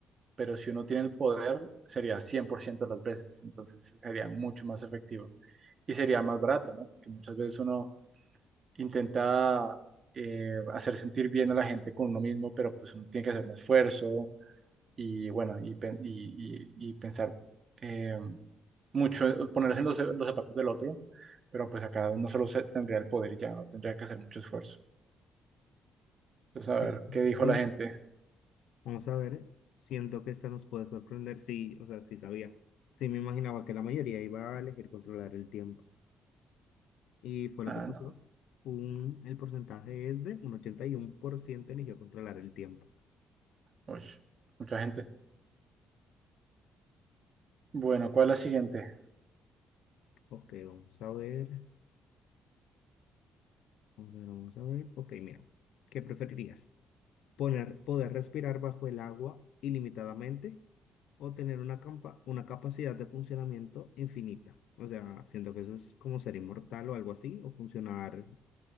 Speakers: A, on the right; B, on the left.
A: pero si uno tiene el poder, sería 100% de las veces, entonces sería mucho más efectivo y sería más barato, ¿no? Porque muchas veces uno intenta eh, hacer sentir bien a la gente con uno mismo, pero pues uno tiene que hacer un esfuerzo y bueno, y, pen- y- y- y pensar eh, mucho, ponerse en los, los zapatos del otro, pero pues acá uno solo se- tendría el poder y ya no tendría que hacer mucho esfuerzo. Entonces, a
B: Sí.
A: ver, ¿qué dijo
B: Sí,
A: la gente?
B: Vamos a ver, siento que esta nos puede sorprender. Sí, o sea, sí sabía. Sí me imaginaba que la mayoría iba a elegir controlar el tiempo. Y fue lo
A: Ah,
B: que pasó. Un, el porcentaje es de un 81% eligió controlar el tiempo.
A: no, uy, mucha gente. Bueno, ¿cuál es la siguiente?
B: Ok, vamos a ver. Vamos a ver, vamos a ver. Ok, mira. ¿Qué preferirías? ¿Poner, poder respirar bajo el agua ilimitadamente o tener una, campa- una capacidad de funcionamiento infinita? O sea, siento que eso es como ser inmortal o algo así, o funcionar,